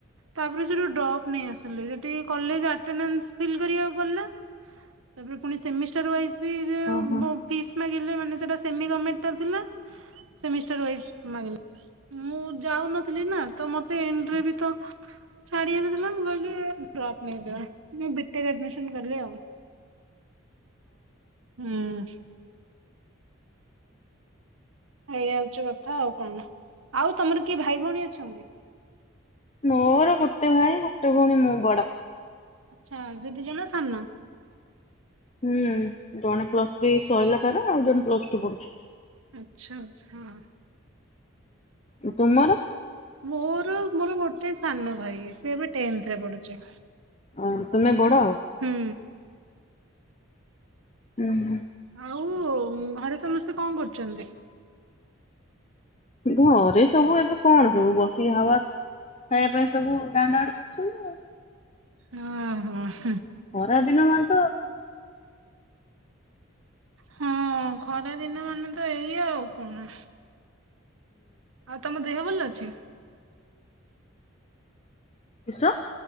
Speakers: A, on the right; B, on the left.
A: ତାପରେ ସେଠୁ ଡପ୍ ନେଇଆସିଲେ ସେ କଲେଜ ଆଟେନାଶ୍ ପିଲ୍ କରିବାକୁ ଗଲା। ତାପରେ ପୁଣି ସେମିଷ୍ଟର ୱାଇଜ୍ ଏଇ ଯେଉ
B: ଓହୋ।
A: ମ ପିସ ମାଗ ପିଲେମାନେ ସେଟା ସେମି ଗର୍ମେଣ୍ଟ ଟା ଥିଲା। ସେମିଷ୍ଟର ୱାଇସ ମାଗିଲ୍ ମୂ ଯାଉ ନ ଥିଲିନା ତ ମତେ ଏଣ୍ଟର ବିତ ଛାଡ଼ି ନଥିଲା ମୁଁ କହିଲି ଏ ଡ୍ରପ ନେଇଯିବା ମୁଁ ବି ଟେକ୍ ଆଡମିସନ କଲି ଆଉ। <inaudible> ହୁଁ। ଏଇ ହଉଚି କଥା ଆଉ କଣ ନା ଆଉ ତମର କିଏ ଭାଇ ଭଉଣୀ ଅଛନ୍ତି। <inaudible>
B: ମୋର ଗୋଟେ ଭାଇ ଗୋଟେ ଭଉଣୀ ମୁଁ ବଡ।
A: ଆଛା ସେଦି ଜଣ ସାନ।
B: ହୁଁ ଜଣେ ପ୍ଲସ ଥ୍ରୀ ସଇଲା ତାର ଆଉ ଜଣେ ପ୍ଲସ୍ ଟୁ ପଢୁଛି।
A: ଆଚ୍ଛା ଆଚ୍ଛା।
B: ଓ ତୁମର
A: ମୋର ମୋର ଗୋଟେ ସାନ ଭାଇ ସିଏ ଏବେ ଟେନ୍ଥରେ ପଢୁଛି।
B: ଓ ତୁମେ ବଡ?
A: ହୁଁ।
B: ଉଁ, ହୁଁ,
A: ଆଉ ଉଁ ଘରେ ସମସ୍ତେ କଣ କରୁଚନ୍ତି?
B: ଘରେ ସବୁ ଏବେ କଣ ସବୁ ବସି ହାବା ଖାଇବା ପାଇଁ ସବୁ ଦାଣ୍ଡ ଆଡେ ବସିଛନ୍ତି ଆଉ।
A: ହଁ, ହଁ।
B: ଖରା ଦିନ ମାନ୍
A: ହଁ ଖରା ଦିନ ମାନେ ତ ଏଇ ଆଉ କଣ। ଆଉ ତୋମ ଦେହ ଭଲ ଅଛି?
B: କିଶ?